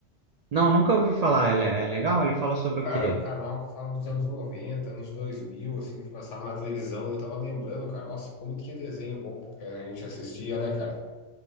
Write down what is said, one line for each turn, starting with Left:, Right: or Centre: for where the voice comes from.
Right: Não, nunca ouvi falar. Ele é é legal? Ele fala sobre
Left: Cara,
Right: o quê?
Left: é um canal que fala dos anos 90, anos 2000, assim, que passava na televisão. Eu tava lembrando, cara, nossa, como tinha desenho bom que a gente assistia, né, cara?